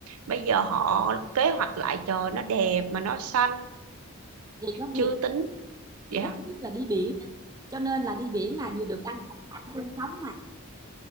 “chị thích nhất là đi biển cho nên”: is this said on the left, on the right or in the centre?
Right